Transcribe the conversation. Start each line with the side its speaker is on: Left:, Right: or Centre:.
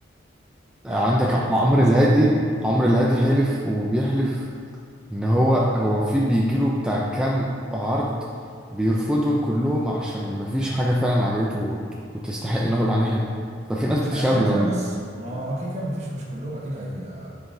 Right: لا
Centre: آه،
Right: لا
Centre: عندك
Right: في في
Centre: عمرو
Right: معظمهم
Centre: الهادي
Right: لا.
Centre: عمرو الهادي حلف وبيحلف ان هو هو في بيجيله بتاع كام عرض بيرفضهم كلهم عشان مفيش حاجة فعلا عجبته وت- وتستحق انه يقول عليها حلو ففي ناس
Right: مش
Centre: بتشتغل
Right: ه- كده
Centre: بضمير
Right: كده بص ما هو كده كده مفيش مش كلهم اكيد هي